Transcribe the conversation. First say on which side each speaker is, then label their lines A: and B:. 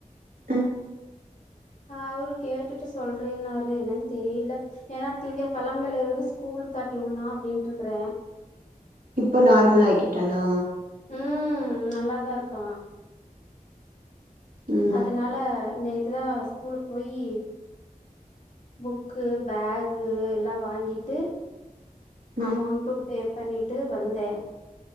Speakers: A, on the right; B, on the left.
A: அ
B: ஆ அவரு கேட்டுட்டு சொல்றேன்னாரு என்னன்னு தெரியல ஏனா திங்க கெழமைல இருந்து ஸ்கூல் தாட்டி உள்லா அப்டின்ட்டு இருக்ற
A: இப்போ நார்மலா ஆயிகிட்டனா
B: ம் நல்லாதா இருக்க
A: ம்
B: அதனால நேத்துதா ஸ்கூலுக்கு போயி புக்கு பேகு எல்லா வாங்கிட்டு
A: ம்
B: அமௌண்டு பே பண்ணிட்டு வந்தே